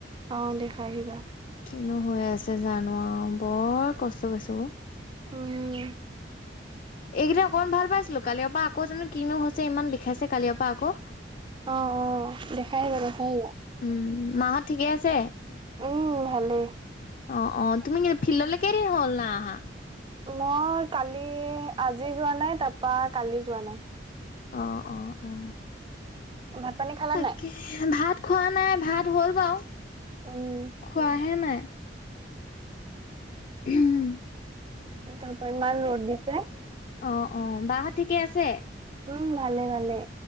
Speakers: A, on the right (about 25°); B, on the left (about 45°).
A: অ, দেখাই আহিবা।
B: কিনো হৈ আছে জানো আৰু, বৰ কষ্ট পাইছোঁ, অ।
A: উম।
B: এইকেইদিন অকণমান ভাল পাইছিলো, কালিৰ পৰা আকৌ জানো কিনো হৈছে, ইমান বিষাইছে কালিৰ পৰা আকৌ।
A: অ, অ, দেখাই আহিবা, দেখাই আহিবা।
B: উম, মাহত ঠিকে আছে?
A: উম, ভালেই।
B: অ, অ, তুমি <unintelligible> ফিল্ডলৈ কেইদিন হ'ল নাই অহা?
A: মই কালি, আজি যোৱা নাই, তাৰপা কালি যোৱা নাই।
B: অ, অ, অ।
A: ভাত-পানী খালা
B: তাকে
A: নাই?
B: ভাত খোৱা নাই। ভাত হ'ল বাৰু,
A: উম
B: খোৱাহে নাই। উম।
A: তাৰ পৰা ইমান ৰ'দ দিছে।
B: অ, অ, বাহত ঠিকে আছে?
A: উম, ভালেই, ভালেই।